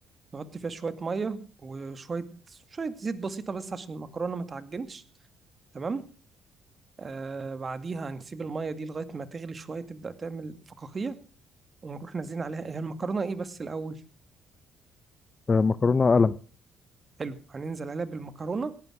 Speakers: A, on the right; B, on the left.
A: نحط فيها شوية مية وشوية شوية زيت بسيطة بس عشان المكرونة ما تعجنش تمام آه بعديها هنسيب المية دي لغاية ما تغلي شوية تبدأ تعمل فقاقيع ونروح نازلين عليها هي المكرونة ايه بس الأول
B: آه، مكرونة قلم
A: حلو هننزل عليها بالمكرونة